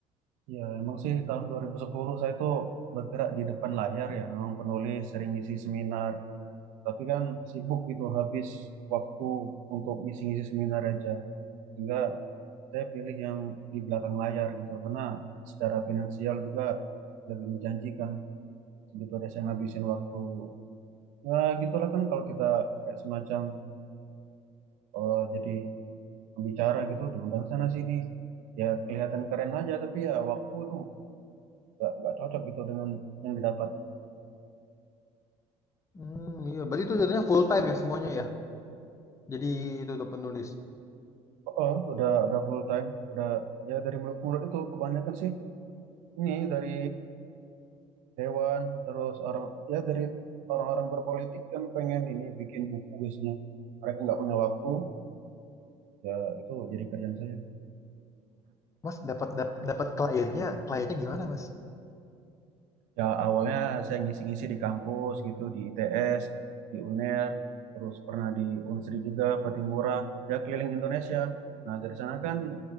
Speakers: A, on the right; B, on the left.
A: Ya, emang sih tahun 2010 saya itu bergerak di depan layar ya. Memang penulis, sering ngisi seminar. Tapi kan sibuk gitu, habis waktu untuk ngisi-ngisi seminar aja. Sehingga saya pilih yang di belakang layar gitu karena secara finansial juga lebih menjanjikan daripada saya ngabisin waktu ya gitulah kan kalau kita kayak semacam eh, jadi pembicara gitu diundang sana sini ya kelihatan keren aja tapi ya waktu tuh nggak nggak cocok gitu dengan yang didapat
B: Hmm, iya. Berarti itu jadinya full time ya semuanya ya. Jadi itu tuh penulis.
A: oh oh, udah udah full time udah ya dari mulut mulut itu kebanyakan sih ini dari Dewan, terus orang ya dari orang-orang berpolitik kan pengen ini bikin buku biasanya. Mereka nggak punya waktu, ya itu jadi kerjaan saya.
B: Mas dapat dap- dapat kliennya, kliennya gimana, Mas?
A: Ya awalnya saya ngisi-ngisi di kampus gitu, di ITS, di UNER, terus pernah di Unsri juga, Patimura, ya keliling Indonesia. Nah dari sana kan